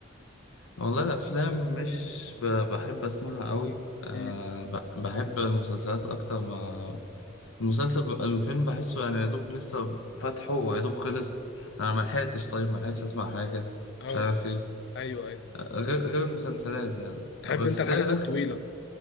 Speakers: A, on the left; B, on the left.
A: والله الافلام مش ب... بحب اسمعها قوي أه
B: امم
A: ب... بحب المسلسلات اكتر ما المسلسل ب... الفيلم بحسه يعني يا دوب لسه فاتحه ويا دوب خلص انا ما لحقتش طيب ما لحقتش اسمع حاجه
B: اه
A: مش عارف ايه
B: ايوه ايوه
A: آه، غير غير المسلسلات يعني
B: تحب
A: آه، بس
B: انت
A: بتهيألي
B: الحاجات الطويله
A: اخر